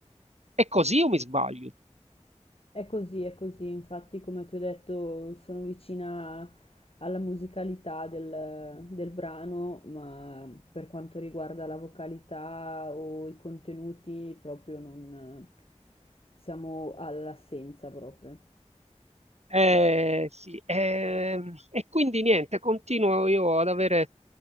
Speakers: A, on the right; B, on the left.
A: È così o mi sbaglio?
B: È così, è così, infatti come ti ho detto sono vicina alla musicalità del, del brano, ma per quanto riguarda la vocalità o i contenuti proprio non siamo all'assenza proprio.
A: Eh, sì, ehm, e quindi niente, continuo io ad avere